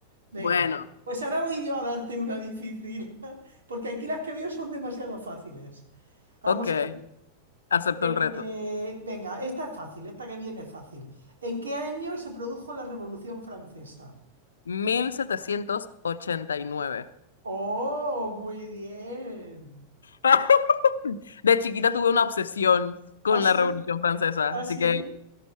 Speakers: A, on the right; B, on the left.
A: Venga,
B: Bueno,
A: pues ahora voy yo a darte una difícil, <laughs> porque aquí las que veo son demasiado fáciles. Vamos
B: ok,
A: a ver.
B: acepto
A: Eh,
B: el reto.
A: venga, esta es fácil, esta que viene es fácil. ¿En qué año se produjo la Revolución Francesa?
B: Mil setecientos ochenta y nueve.
A: Oh, muy bien.
B: <laughs> De chiquita tuve una obsesión con
A: Ah, sí,
B: la Revolución Francesa,
A: ah,
B: así
A: sí.
B: que